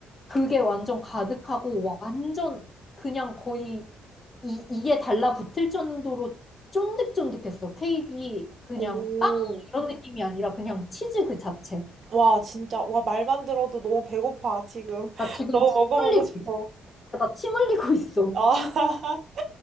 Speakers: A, on the left (about 30°); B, on the right (about 50°).
A: 그게 완전 가득하고 완전 그냥 거의 이, 이에 달라붙을 정도로 쫀득쫀득했어. 케이크가 그냥
B: 오.
A: 빵 이런 느낌이 아니라 그냥 치즈 그 자체.
B: 와, 진짜. 와, 말만 들어도 너무 배고파, 지금. <laughs>
A: 나 지금
B: 너무
A: 침
B: 먹어보고
A: 흘리고
B: 싶어.
A: 있어. 나 침 흘리고 있어.
B: 아, <laughs>